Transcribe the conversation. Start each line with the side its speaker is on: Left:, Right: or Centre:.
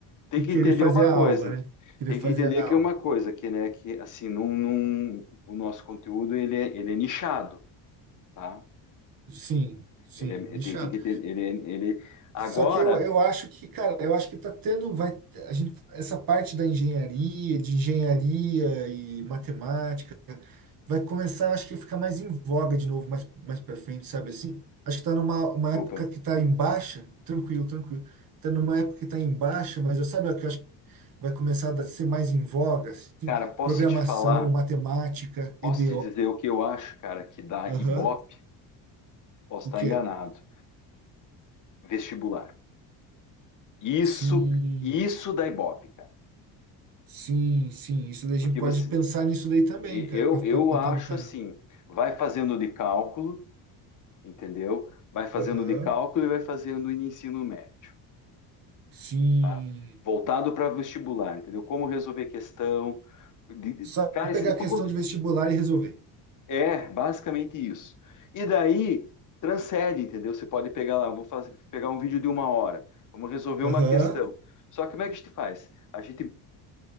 Left: Tem
Right: E
Left: que
Right: querer
Left: entender
Right: fazer
Left: uma
Right: a
Left: coisa.
Right: aula, né? Querer
Left: Tem
Right: fazer
Left: que entender
Right: a
Left: que
Right: aula.
Left: é uma coisa que, né, que assim, num, num- o nosso conteúdo ele é, ele é nichado, tá?
Right: Sim, sim,
Left: Ele é-
Right: nichado.
Left: tem, tem que ter, ele, é- ele agora,
Right: Só que eu, eu acho que, cara, eu acho que tá tendo, vai, a gente, essa parte da engenharia, de engenharia e matemática, vai começar, acho que ficar mais em voga de novo, mais, mais pra frente, sabe assim? Acho que tá numa uma época
Left: opa,
Right: que tá em baixa, tranquilo, tranquilo. Tá numa época que tá em baixa, mas eu sabe o que eu acho que vai começar a dar- ser mais em voga, assim,
Left: Cara, posso
Right: programação,
Left: te falar,
Right: matemática,
Left: posso
Right: EDO,
Left: te dizer o que eu acho, cara, que dá
Right: aham.
Left: Ibope, posso
Right: O
Left: estar
Right: quê?
Left: enganado, vestibular. Isso,
Right: Sim,
Left: isso dá Ibope, cara.
Right: sim, sim. Isso daí a gente
Left: Porque
Right: pode
Left: você,
Right: pensar nisso daí também,
Left: e-
Right: cara,
Left: eu,
Right: pra,
Left: eu
Right: pra botar
Left: acho
Right: no canal.
Left: assim, vai fazendo de cálculo, entendeu? Vai fazendo
Right: Aham.
Left: de cálculo e vai fazendo em ensino médio,
Right: Sim.
Left: tá? Voltado para vestibular, entendeu? Como resolver questão, de,
Right: Só
Left: de, cara, esse
Right: pegar
Left: de
Right: a
Left: como
Right: questão de vestibular e resolver.
Left: É, basicamente isso. E daí, transcende, entendeu? Você pode pegar lá, vou fazer, pegar um vídeo de uma hora, vamos resolver
Right: Aham.
Left: uma questão. Só que como é que a gente faz? A gente